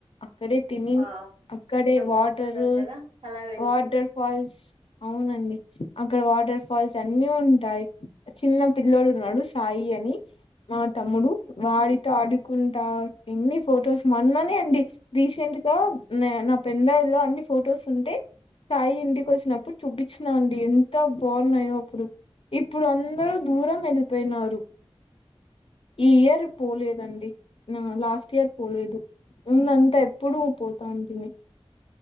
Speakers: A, on the left; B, on the right.
A: అక్కడే తిని
B: వావ్
A: అక్కడే
B: ఎంత బాగుంటుందో
A: వాటరు
B: కదా అలా వెళ్తే
A: వాటర్ ఫాల్స్ అవునండి అక్కడ వాటర్ ఫాల్స్ అన్ని ఉంటాయ్ చిన్న పిల్లోడు ఉన్నాడు
B: ఓకే
A: సాయి అని మా తమ్ముడు వాడితో ఆడుకుంటా ఎన్ని ఫొటోస్ మొన్ననే అండి రీసెంట్ గా నా పెళ్లియలో అన్ని ఫొటోస్ ఉంటే సాయి ఇంటికి వచ్చినప్పుడు చూపించినా అండి. ఎంత బాగున్నాయో అప్పుడు ఇప్పుడు అందరూ దూరంగా వెళ్ళిపోయినారు. ఈ ఇయర్
B: అవునా
A: పోలేదండి, నా లాస్ట్ ఇయర్ పోలేదు ఉందంతా ఎప్పుడు పోతా అనుకున్ని